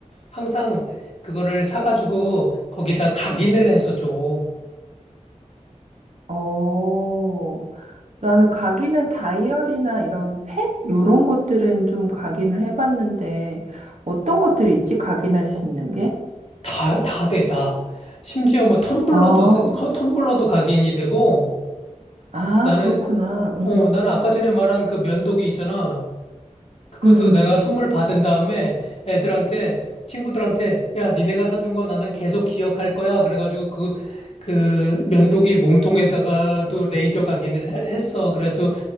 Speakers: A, on the left; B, on the right.
A: 항상 그거를 사가지고 거기다 각인을 해서 줘.
B: 어. 나는 가기는 다이어리나 이런 펫? 이런 것들은 좀 가기는 해봤는데, 어떤 것들이 있지? 가기는 할 수 있는 게?
A: 다, 다 돼, 다. 심지어 뭐 텀블러도,
B: 아,
A: 텀블러도 각인이 되고
B: 아,
A: 나는,
B: 그렇구나. 응,
A: 어,
B: 응,
A: 나는 아까 전에 말한 그 면도기 있잖아. 그것도
B: 응. 응.
A: 내가 선물 받은 다음에 애들한테, 친구들한테, 야, 니네가 사준 거 나는 계속 기억할 거야. 그래가지고 그, 그 면도기 몸통에다가도 레이저 각인을 해- 했어. 그래서